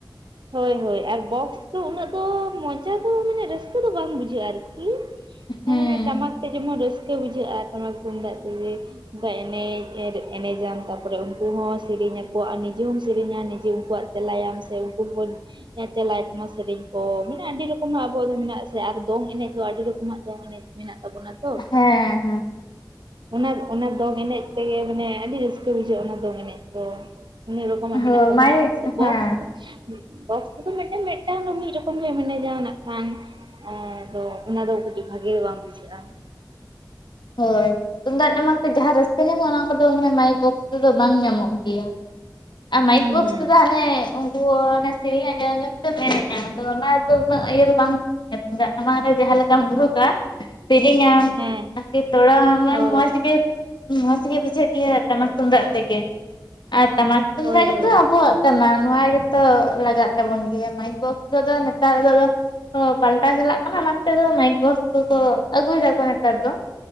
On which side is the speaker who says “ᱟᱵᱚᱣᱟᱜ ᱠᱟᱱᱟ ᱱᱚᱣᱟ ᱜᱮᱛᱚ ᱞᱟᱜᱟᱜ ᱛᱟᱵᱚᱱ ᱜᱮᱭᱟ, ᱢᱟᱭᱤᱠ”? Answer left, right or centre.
Left